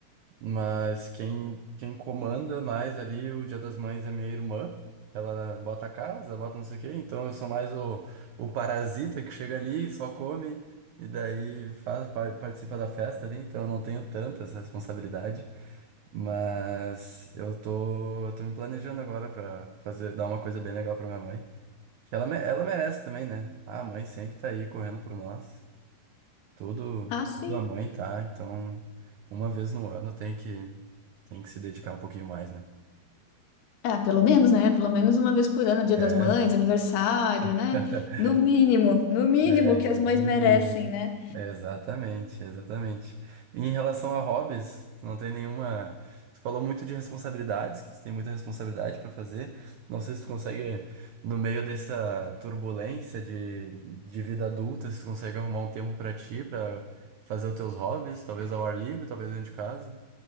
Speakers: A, on the right; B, on the left.
A: Mas quem, quem comanda mais ali o Dia das Mães é minha irmã. Ela bota a casa, bota não sei o quê. Então eu sou mais o, o parasita que chega ali, só come e daí faz, par- participa da festa ali. Então eu não tenho tanta essa responsabilidade. Mas eu tô, tô me planejando agora pra fazer, dar uma coisa bem legal pra minha mãe. Que ela, me- ela merece também, né? Ah, A mãe sempre tá aí correndo por nós. Tudo,
B: Ah, sim.
A: tudo a mãe tá. Então uma vez no ano tem que. Tem que se dedicar um pouquinho mais, né?
B: É, pelo menos, né? Pelo menos uma vez por ano, Dia
A: É,
B: das Mães, aniversário,
A: <laughs>
B: né? No mínimo, no mínimo
A: é,
B: que as
A: no
B: mães
A: mínimo.
B: merecem, né?
A: É, exatamente, exatamente. E em relação a hobbies, tu não tem nenhuma. Tu falou muito de responsabilidades, que tu tem muita responsabilidade para fazer. Não sei se tu consegue, no meio dessa turbulência de, de vida adulta, se tu consegue arrumar um tempo para ti, para fazer os teus hobbies, talvez ao ar livre, talvez dentro de casa.